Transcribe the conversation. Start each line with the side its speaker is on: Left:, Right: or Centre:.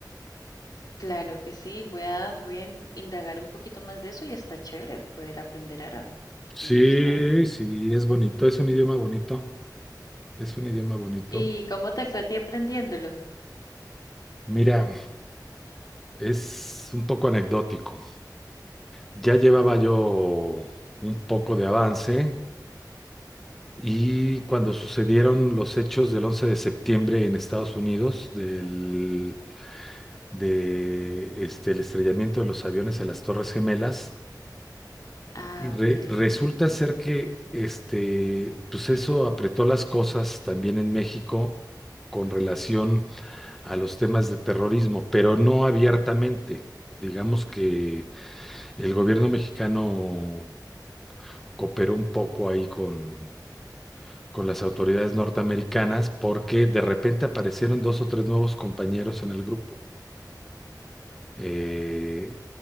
Left: Claro que sí, voy a, voy a in- indagar un poquito más de eso y está chévere poder aprender árabe.
Centre: Sí,
Left: No no sabe.
Centre: sí, es bonito, es un idioma bonito, es un idioma bonito.
Left: ¿Y cómo te fue a ti aprendiéndolo?
Centre: Mira, es un poco anecdótico. Ya llevaba yo un poco de avance y cuando sucedieron los hechos del 11 de septiembre en Estados Unidos, del, de, este, el estrellamiento de los aviones en las Torres Gemelas,
Left: Ah,
Centre: Y re-
Left: ok.
Centre: resulta
Left: ujú.
Centre: ser que este, pues eso apretó las cosas también en México con relación a los temas de terrorismo, pero no abiertamente. Digamos que el gobierno mexicano cooperó un poco ahí con, con las autoridades norteamericanas porque de repente aparecieron dos o tres nuevos compañeros en el grupo. Eh,